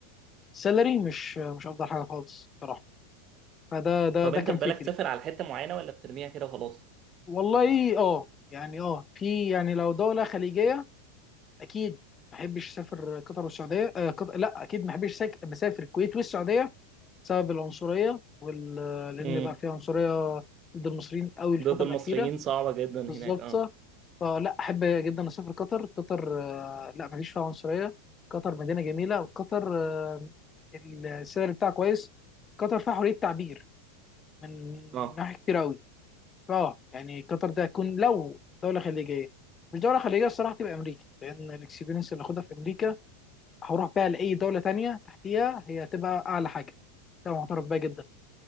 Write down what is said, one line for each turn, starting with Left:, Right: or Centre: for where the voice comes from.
Left: السالري مش مش افضل حاجه خالص صراحه فده ده
Right: طب
Left: ده
Right: انت
Left: كان
Right: في بالك
Left: فكري
Right: تسافر على حتة معينة ولا بترميها كده وخلاص
Left: والله اه يعني اه في يعني لو دولة خليجية اكيد ما احبش اسافر قطر والسعودية آه قطر لا اكيد ما احبش ساك- مسافر الكويت والسعودية بسبب العنصرية وال لان
Right: امم
Left: بقى في عنصرية ضد المصريين قوي الفترة
Right: ضد المصريين
Left: الأخيرة
Right: صعبة جدا
Left: بالظبط
Right: هناك اه
Left: فلا احب جدا اسافر قطر قطر آه لا ما فيش فيها عنصرية قطر مدينة جميلة وقطر آه السعر بتاعها كويس قطر فيها حرية تعبير من
Right: اه
Left: ناحية كتير قوي اه يعني قطر ده هيكون لو دوله خليجيه مش دوله خليجيه الصراحه تبقى امريكا لان الاكسبيرينس اللي هاخدها في امريكا هروح بيها لاي دوله تانية تحتيها هي هتبقى اعلى حاجه ده معترف بيها جدا